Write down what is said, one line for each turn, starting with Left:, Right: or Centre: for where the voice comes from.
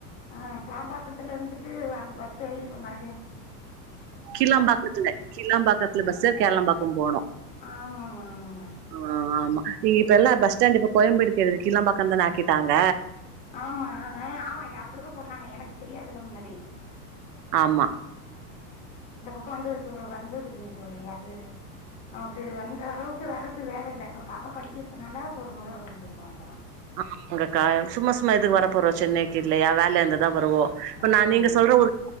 Left: ஆ கேளம்பாக்கத்துல இருந்து. விட்டு அங்க பஸ் ஏறி மறுபடியு.
Right: கிலாம்பாக்கத்துல கில்லாம்பாக்கத்துல பஸ் ஏறி கேளாம்பாக்கம் போனு
Left: ஆமாம்மா ஆமாம்மா
Right: ஆ ஆமா. நீ இப்ப எல்லா பஸ்டாண்ட்டுக்கு இப்ப கோயம்பேடு கிடுது கீழாம்பாக்கம் தான ஆக்கிட்டாங்க.
Left: ஆமா ஆ ஆமா அப்டிதா சொன்னாங்க எனக்கு தெரியாதுல்ல முன்னாடி.
Right: ஆம்மா.
Left: இப்ப வந்து இது வந்தது இல்லிங்க தோழி அது. நமக்கு வந்த அளவுக்கு வர்றது வேல இல்ல இப்ப பாப்பா படிக்கிறதுனால ஒரு மொற வந்திருக்கோ அவ்ளோதா.
Right: ஆ அங்கக்கா சும்மா சும்மா எதுக்கு வர போறோ சென்னைக்கு இல்லையா வேல இருந்தாதா வருவோ. இப்ப
Left: ஆமா
Right: நான் நீங்க சொல்ற ஒரு.